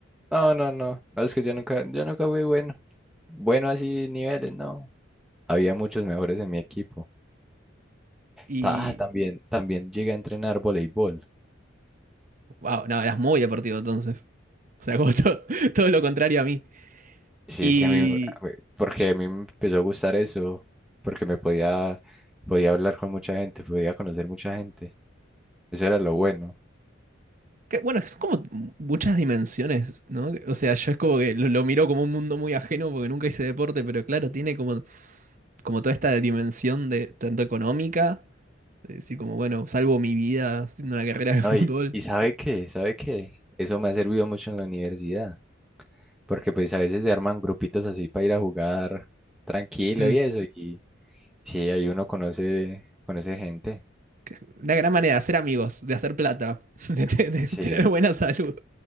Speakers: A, in the centre; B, on the right (about 40°).
A: no, no, no. No, es que yo nunca, yo nunca fui bueno. Bueno así niveles, no. Había muchos mejores en mi equipo.
B: Y.
A: Ta- Ah, también, también llegué a entrenar voleibol.
B: Wow, no, eras muy deportivo entonces. O sea, como to- <laughs> todo lo contrario a mí.
A: Sí,
B: Y.
A: es que a mí, a mí- porque a mí me empezó a gustar eso, porque me podía, podía hablar con mucha gente, podía conocer mucha gente. Eso era lo bueno.
B: que, bueno, es como muchas dimensiones, ¿no? O sea, yo es como que lo, lo miro como un mundo muy ajeno porque nunca hice deporte, pero claro, tiene como, como toda esta dimensión de tanto económica, de decir como, bueno, salvo mi vida haciendo una carrera de fútbol.
A: No, y, y ¿sabe qué? ¿Sabe qué? Eso me ha servido mucho en la universidad, porque pues a veces se arman grupitos así para ir a jugar tranquilo
B: Hmm.
A: y eso, y sí, ahí uno conoce, conoce gente.
B: Que- Una gran manera de hacer amigos, de hacer plata, <laughs> de te- de tener
A: Sí,
B: buena salud.